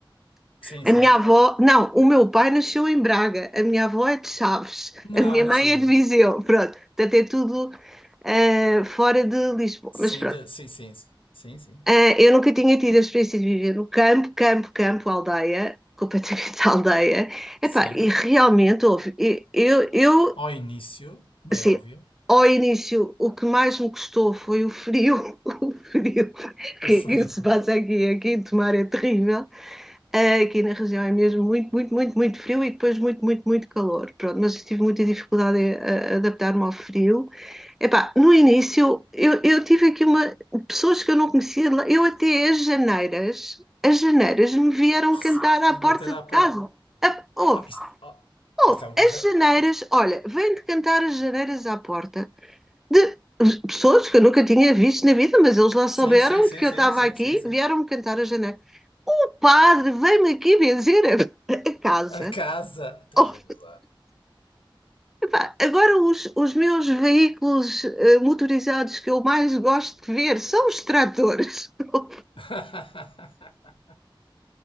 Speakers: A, on the left; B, in the centre.
A: Sim,
B: a
A: sim.
B: minha avó, não, o meu pai nasceu em Braga, a minha avó é de Chaves,
A: Não,
B: a minha
A: não
B: mãe
A: sabia.
B: é de Viseu, pronto, portanto é tudo ah, fora de Lisboa,
A: Sim,
B: mas pronto.
A: da- sim, sim. Sim, sim.
B: Ah, eu nunca tinha tido a experiência de viver no campo, campo, campo, aldeia, completamente <laughs> aldeia. Epá,
A: Sim.
B: e realmente houve. Eu, eu
A: Ao início, como
B: Assim,
A: é óbvio,
B: ao início, o que mais me custou foi o frio, <laughs> o frio
A: o
B: que,
A: frio
B: que se passa aqui, aqui em Tomar é terrível. Eh, Aqui na região é mesmo muito, muito, muito, muito frio e depois muito, muito, muito calor. Pronto, mas tive muita dificuldade em eh, adaptar-me ao frio. Epá, no início, eu, eu tive aqui uma, pessoas que eu não conhecia, lá- eu até as janeiras, as janeiras me vieram
A: <laughs>
B: cantar à
A: bater
B: porta
A: à
B: de
A: porta.
B: casa. Ah, Houve,
A: Pá, isso, oh,
B: houve,
A: isso é uma coisa.
B: as janeiras, olha, vem de cantar as janeiras à porta de pessoas que eu nunca tinha visto na vida, mas eles lá souberam
A: Sim, sim, sim,
B: que eu
A: sim,
B: estava
A: sim,
B: aqui,
A: sim, sim.
B: vieram-me cantar a janela. O padre veio-me aqui benzer a, a casa.
A: A casa. Estás
B: Oh,
A: a gozar.
B: epá, agora os, os meus veículos eh, motorizados que eu mais gosto de ver são os tratores. <laughs>
A: <laughs>